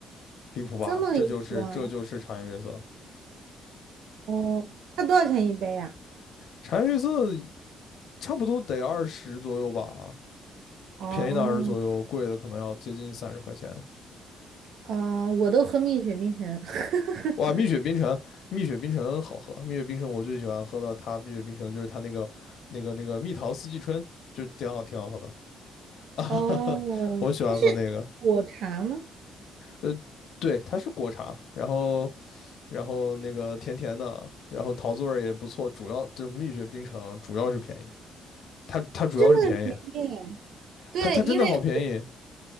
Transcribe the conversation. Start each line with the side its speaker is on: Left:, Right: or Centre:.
Left: 离谱吧？
Right: 这么离谱啊？
Left: 这就是这就是茶颜悦色，
Right: 哦，它多少钱一杯呀、
Left: 茶颜悦色差不多得二十左右吧，
Right: 啊哦，
Left: 便宜的二十左右，贵的可能要接近三十块钱。
Right: 哦，啊我都喝蜜雪冰城。<laughs>
Left: 哇，蜜雪冰城，蜜雪冰城好喝。蜜雪冰城我最喜欢喝的，它蜜雪冰城就是它那个那个那个蜜桃四季春，就挺好挺好喝的。<laughs> 啊
Right: 哦，
Left: 我喜欢喝那个，
Right: 它是果茶吗？
Left: 呃，对，它是果茶，然后然后那个甜甜的，然后桃子味儿也不错。主要这蜜雪冰城主要是便宜，它它主要是便宜，
Right: 它真的很便宜啊。对，
Left: 它它真的好便宜。
Right: 因为我